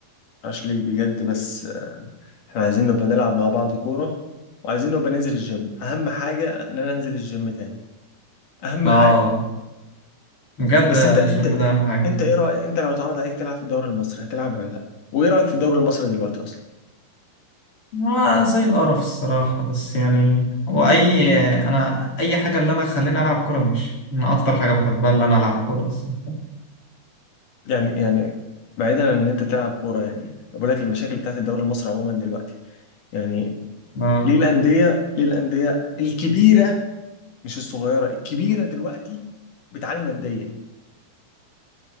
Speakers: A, on the left; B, on the left.
A: عاش ليك بجد بس احنا عايزين نبقى نلعب مع بعض كورة وعايزين نبقى ننزل الجيم اهم حاجة ان انا انزل الجيم تاني اهم
B: اه
A: حاجة
B: بجد
A: بس
B: الجيم
A: انت انت
B: ده أهم حاجة
A: انت ايه رأيك انت لو اتعرض عليك تلعب في الدوري المصري هتلعب ولا لا وايه رأيك في الدوري المصري دلوقتي اصلا
B: هو زي القرف الصراحة بس يعني هو أي أنا أي حاجة اللي أنا خليني ألعب كورة ماشي أنا أكتر حاجة بحبها اللي أنا ألعب كورة أصلا
A: يعني يعني بعيدا عن ان انت تلعب كوره يعني أنا بقول لك المشاكل بتاعت الدوري المصري عموما دلوقتي يعني
B: اه
A: ليه الانديه ليه الانديه الكبيره مش الصغيره الكبيره دلوقتي بتعاني ماديا